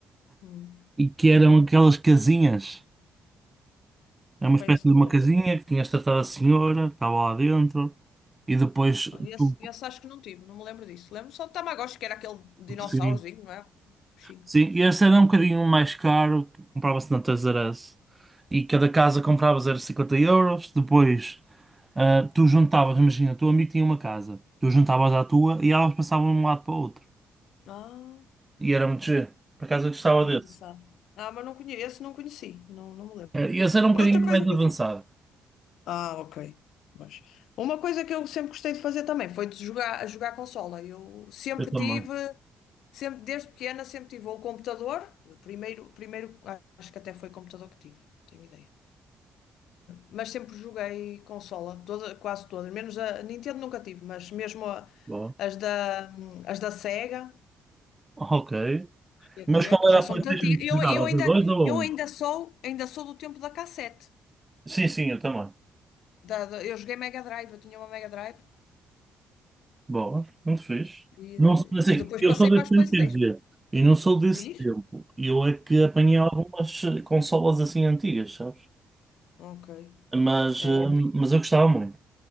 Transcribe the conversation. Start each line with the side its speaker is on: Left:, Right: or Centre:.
Left: Hum.
Right: e que eram
Left: <laughs>
Right: aquelas casinhas. Era uma
Left: Opa,
Right: espécie
Left: esse
Right: de
Left: não
Right: uma
Left: me lembro.
Right: casinha que tinhas tratado a senhora, que estava lá dentro, e depois
Left: Ah, Esse,
Right: tu.
Left: esse acho que não tive, não me lembro disso. Lembro só do Tamagotchi, que era aquele dinossaurozinho,
Right: Sim.
Left: não é? Bichinho.
Right: Sim, e esse era um bocadinho mais caro, que comprava-se na Toys R Us. E cada casa compravas era 50 euros. Depois ah, tu juntavas, imagina, o teu amigo tinha uma casa, tu juntavas à tua e elas passavam de um lado para o outro.
Left: Ah,
Right: E era muito giro. Por acaso eu gostava
Left: que
Right: desse.
Left: engraçado. Ah, mas não conheço, não conheci, não, não me lembro.
Right: Ah, E esse era um bocadinho
Left: Outra coisa
Right: mais
Left: que
Right: avançado.
Left: Ah, ok. Mas uma coisa que eu sempre gostei de fazer também foi de jogar, a jogar consola. Eu sempre
Right: Eu também.
Left: tive, sempre desde pequena, sempre tive ou o computador, primeiro, primeiro acho que até foi computador que tive, não tenho ideia. Mas sempre joguei consola, toda, quase todas, menos a Nintendo nunca tive, mas mesmo a-
Right: Boa.
Left: as da, as da Sega,
Right: Ok.
Left: GT,
Right: Mas qual
Left: que
Right: era
Left: já
Right: a
Left: são
Right: PlayStation
Left: muito antigas.
Right: que
Left: Eu,
Right: jogava?
Left: eu
Right: A
Left: ainda,
Right: 2 ou a
Left: eu
Right: 1?
Left: ainda sou, ainda sou do tempo da cassete.
Right: Sim, sim, eu também.
Left: Da- da- eu joguei Mega Drive, eu tinha uma Mega Drive
Right: Boa, muito fixe.
Left: E,
Right: Não,
Left: eh,
Right: sou- assim,
Left: e depois
Right: eu
Left: passei
Right: sou desse
Left: para as
Right: tempo,
Left: PlayStation.
Right: quer dizer, e não sou desse
Left: Diz?
Right: tempo. Eu é que apanhei
Left: Sim.
Right: algumas eh, consolas assim antigas, sabes?
Left: Ok.
Right: Mas,
Left: É,
Right: eh,
Left: eu,
Right: mas eu gostava muito.